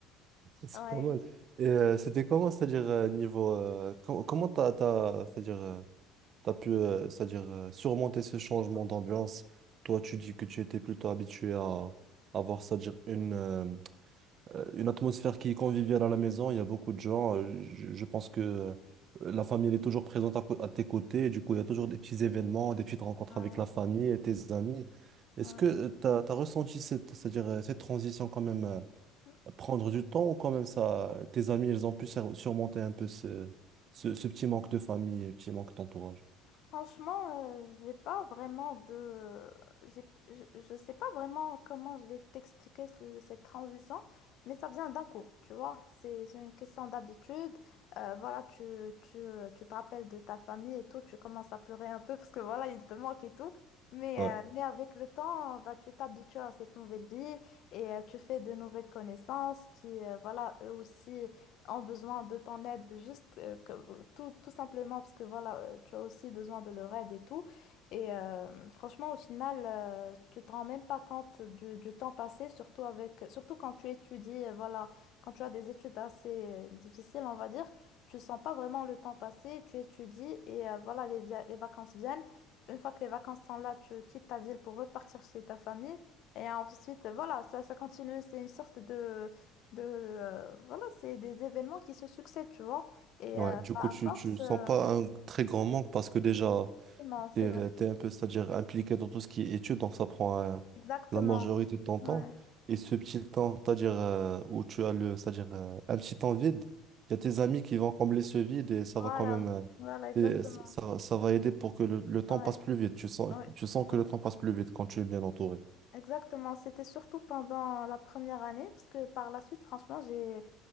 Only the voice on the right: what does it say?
C'est
pas mal. Et euh, c'était comment, c'est-à-dire euh, niveau euh, com- comment t'as, t'as- c'est-à-dire euh, t'as pu euh, c'est-à-dire euh, surmonter ce changement d'ambiance? Toi, tu dis que tu étais plutôt habitué à avoir, c'est-à-dire une euh, euh, une atmosphère qui est conviviale à la maison. Il y a beaucoup de gens. euh, je, je pense que euh, la famille elle est toujours présente à, cô- à tes côtés. Et du coup, il y a toujours des petits événements, des petites rencontres
avec la famille et tes amis. Est-ce
que tu as, ressenti cette, c'est-à-dire euh, cette transition quand même? euh,
prendre du temps ou quand même ça, tes amis, ils ont pu sur- surmonter un peu ce, ce, ce petit manque de famille et petit manque d'entourage.
Ouais,
ouais.
Du
coup, tu,
tu sens
pas un très grand manque parce que déjà,
t'es,
t'es un peu, c'est-à-dire impliqué dans tout ce qui est études, donc ça prend euh,
la majorité de ton temps.
Et ce petit temps, c'est-à-dire euh, où tu as le, c'est-à-dire euh, un petit temps vide, il y a tes amis qui vont combler ce vide et ça
va quand même, euh,
et ça, ça ça va aider pour que le, le temps
passe plus vite. Tu sens,
tu sens que
le temps passe plus vite quand tu es bien entouré.